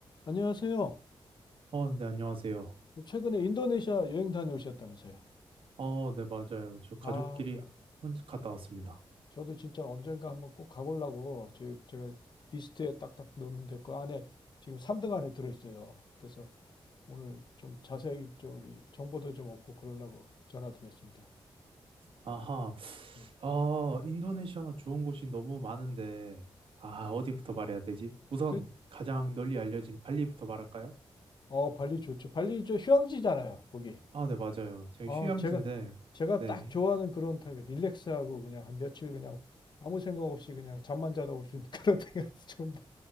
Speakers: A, on the left; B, on the right.
A: 안녕하세요.
B: 어, 네, 안녕하세요.
A: 최근에 인도네시아 여행 다녀오셨다면서요?
B: 어, 네, 맞아요. 저 가족끼리
A: 아,
B: 혼자 갔다 왔습니다.
A: 저도 진짜 언젠가 한번 꼭 가보려고 제- 제가 리스트에 딱딱 넣었는데 그 안에 지금 3등 안에 들어있어요. 그래서 오늘 좀 자세히 저기 정보도 좀 얻고 그러려고 전화드렸습니다.
B: 아하.
A: 네.
B: 아, 인도네시아 좋은 곳이 너무 많은데, 아, 어디부터 말해야 되지? 우선
A: 그,
B: 가장 널리 알려진 발리부터 말할까요?
A: 어, 발리 좋죠. 발리 저 휴양지잖아요, 거기.
B: 아, 네, 맞아요. 제가
A: 아,
B: 휴양지인데,
A: 제가, 제가
B: 네,
A: 딱 좋아하는 그런 타입이에요. 릴렉스하고 그냥 한 며칠 그냥 아무 생각 없이 그냥 잠만 자다 올 수 있는 그런 <laughs> 타입이 좋은데.